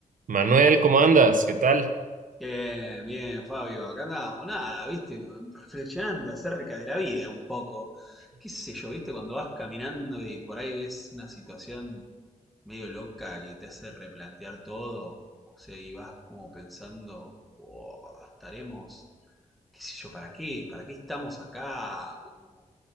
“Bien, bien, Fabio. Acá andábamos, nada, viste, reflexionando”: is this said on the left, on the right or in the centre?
Centre